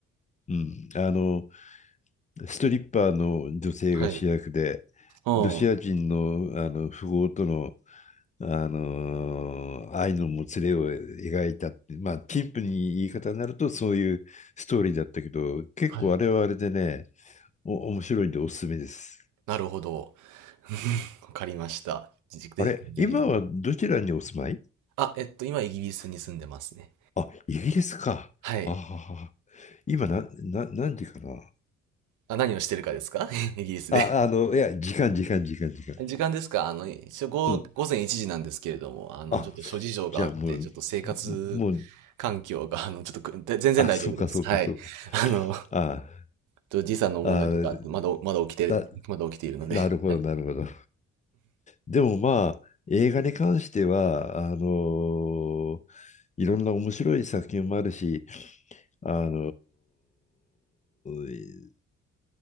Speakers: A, on the left (about 25°); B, on the right (about 85°).
A: うん。あの、ストリッパーの女性が主役で、
B: はい。うん。
A: ロシア人の、
B: は
A: あの富豪との、あの愛のもつれを描いたって、まあ、陳腐に言い方になるとそういうストーリーだったけど、結構あれはあれでね、
B: い。
A: お、面白いんでおすすめです。
B: なるほど。<laughs> わかりました。ぜ、ぜぜひ。
A: あれ、今はどちらにお住まい
B: あ、えっと、今イギリスに住んでますね。
A: あ、イギリスか。
B: はい。
A: あはは。今な、な、何時かな
B: あ、何をしてるかですか <laughs> イギリスで。
A: あ、あの、いや、時間、時間、時間、時間。
B: 時間ですかあの、一応午、
A: うん。
B: 午前1時なんですけれども、あの、
A: あ、
B: ちょっと諸事情があって、
A: じゃあもう、
B: ちょっと生活
A: もう、
B: 環境が、あの、ちょっとく、で全然大丈夫です。
A: あ、そうか、そうか、
B: はい。
A: そうか。
B: あの、
A: あ
B: と時差の問題とか、
A: あ、
B: まだ、まだ起きて、
A: だ、
B: まだ起きているので、
A: なるほど、
B: はい。
A: なるほど。でもまあ、映画に関しては、あのーいろんな面白い作品もあるし、あのー